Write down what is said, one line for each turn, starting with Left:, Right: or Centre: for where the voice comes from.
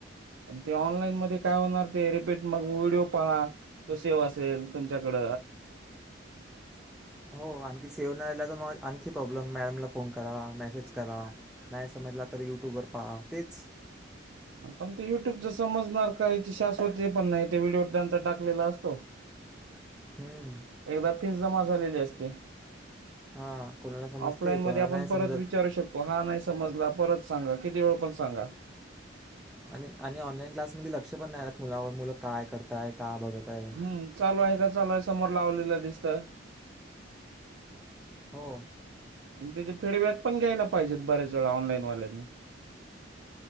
Right: पण ते ऑनलाईन मध्ये फोनवर ते व्हिडिओ पहा तो सेव असेल तुमच्याकड
Centre: हो आणखी सेव्ह नाही राहिला तर म आणखी प्रॉब्लेम मॅडमला फोन करा मेसेज करा नाही समजला तर युट्यूबवर पहा तेच
Right: पण ते युट्यूबच समजणार काय याची शाश्वती पण नाही ते व्हिडिओ त्यांचा टाकलेला असतो
Centre: <inaudible> हम्म.
Right: एकदा फीस जमा झालेली असते
Centre: हां कोणाला समजते
Right: ऑफलाईन
Centre: कोणाला
Right: मधे आपण
Centre: नाही
Right: परत
Centre: समजत.
Right: विचारू शकतो हा नाही समजला परत - सांगा किती वेळा पण सांगा
Centre: आणि आणि ऑनलाईन क्लासमध्ये लक्ष पण नाही राहत मुलावर मुलं काय करताय का बघत आहे
Right: हम्म चालू आहे का चालू आहे समोर लावलेलं दिसत आणि
Centre: हो
Right: त्याचे फीडबॅक पण घ्यायला पाहिजेत बर्याच वेळा ऑनलाईन वाल्यांनी